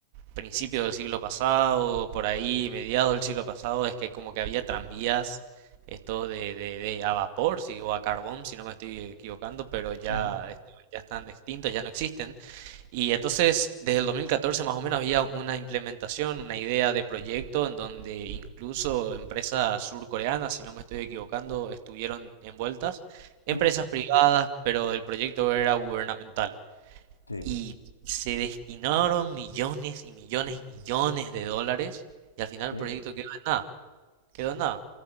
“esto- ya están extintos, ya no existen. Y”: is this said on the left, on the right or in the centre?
Right